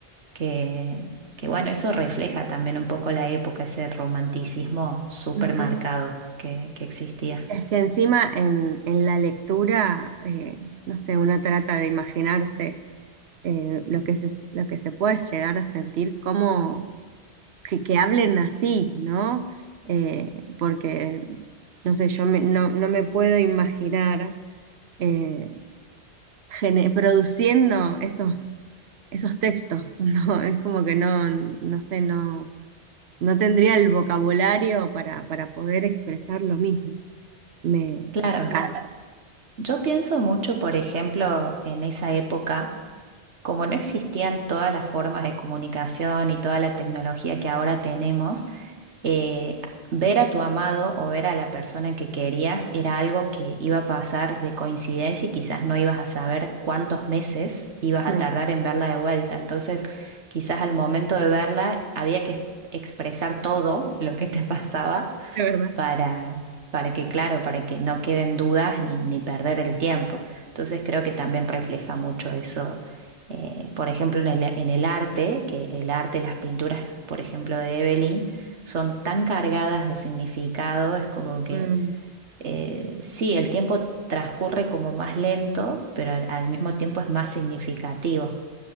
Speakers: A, on the right; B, on the right.
A: que, que, bueno, eso refleja también un poco la época, ese romanticismo súper
B: Ujú.
A: marcado que que existía.
B: Es que encima en, en la lectura, eh, no sé, uno trata de imaginarse eh, lo que se, lo que se puede llegar a sentir, cómo que, que hablen así, ¿no? Eh, porque, no sé, yo me- no, no me puedo imaginar eh, gene- produciendo esos, esos textos, <laughs> ¿no? Es como que no, no sé, no, no tendría el vocabulario para, para poder expresar lo mismo. Me,
A: Claro,
B: me encanta.
A: yo pienso mucho, por ejemplo, en esa época como no existían todas las formas de comunicación y toda la tecnología que ahora tenemos, eh, ver a tu amado o ver a la persona que querías era algo que iba a pasar de coincidencia y quizás no ibas a saber cuántos meses ibas a
B: Mm,
A: tardar en verla de vuelta. Entonces, quizás al momento de verla había que expresar todo lo que te <laughs> pasaba
B: De <laughs> verdad.
A: para, para que, claro, para que no queden dudas ni, ni perder el tiempo. Entonces creo que también refleja mucho eso, eh, por ejemplo, en el, en el arte, que el arte, las pinturas, por ejemplo, de Evelyn, son tan cargadas de significado, es como que
B: Mm.
A: eh, sí, el tiempo transcurre como más lento, pero al, al mismo tiempo es más significativo